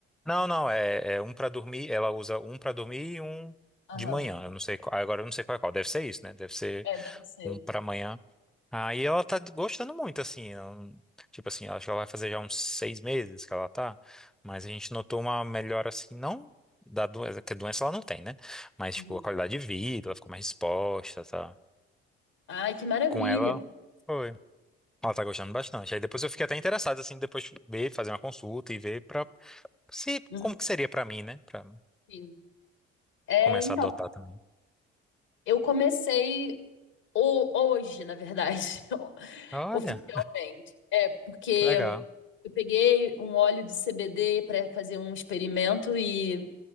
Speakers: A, in the centre; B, on the left.
A: Não, não, é, é um para dormir, ela usa um para dormir e um
B: Aham.
A: de manhã. Eu não sei, qual- agora eu não sei qual é qual. Deve ser isso, né? Deve ser
B: É, deve ser.
A: um para manhã Aí ela tá gostando muito, assim. ela não- tipo assim, acho que ela vai fazer já uns seis meses que ela tá. Mas a gente notou uma melhora, assim, não da doença, que a doença ela não tem, né? Mas,
B: Uhum.
A: tipo, a qualidade de vida, ela ficou mais disposta, tá?
B: Ai, que maravilha.
A: Com ela, foi. Ela tá gostando bastante. Aí depois eu fiquei até interessado, assim, depois de ver, fazer uma consulta e ver pra se,
B: Uhum.
A: como que seria pra mim, né? Pra
B: Sim. É,
A: começar
B: então,
A: a adotar também.
B: eu comecei o- hoje, na verdade, <laughs>
A: Olha,
B: oficialmente. É, porque
A: que legal.
B: eu peguei um óleo de CBD para fazer um experimento e